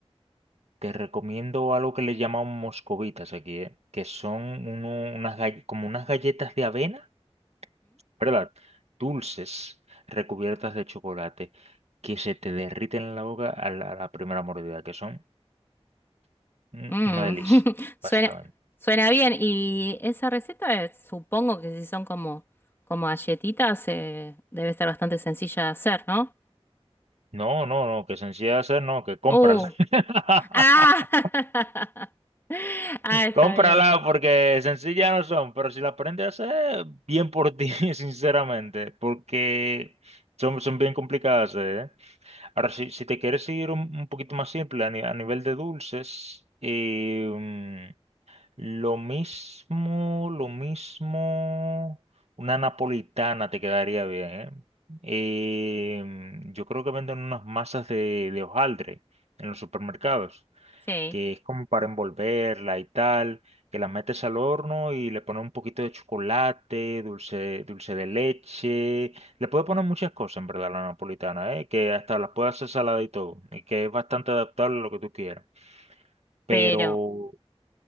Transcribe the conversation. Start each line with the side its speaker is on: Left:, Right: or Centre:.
Right: Te recomiendo algo que le llamamos moscovitas aquí, ¿eh? Que son uno- unas, gall- como unas galletas de avena ¿verdad? Dulces recubiertas de chocolate que se te derriten en la boca a la, a la primera mordida, que son mm,
Left: Mm,
Right: una delicia,
Left: <laughs> Suena,
Right: básicamente.
Left: suena bien. Y esa receta, eh, supongo que si son como, como galletitas, eh, debe estar bastante sencilla de hacer, ¿no?
Right: No, no, no, que sencilla de hacer, no, que cómprala.
Left: ¡Uh!
Right: <laughs>
Left: ¡Ah! <laughs> Ah, está
Right: Cómprala
Left: bien.
Right: porque sencillas no son, pero si la aprendes a hacer, bien por ti, <laughs> sinceramente, porque son, son bien complicadas, ¿eh? Ahora, si, si te quieres ir un, un poquito más simple a, ni- a nivel de dulces, eh, Lo mismo, lo mismo. Una napolitana te quedaría bien, ¿eh? Em, yo creo que venden unas masas de, de hojaldre en los supermercados,
Left: Sí.
Right: que es como para envolverla y tal, que la metes al horno y le pones un poquito de chocolate, dulce, dulce de leche. Le puedes poner muchas cosas, en verdad, a la napolitana, ¿eh? Que hasta las puedes hacer salada y todo, y que es bastante adaptable a lo que tú quieras pero,
Left: Pero,
Right: ujú,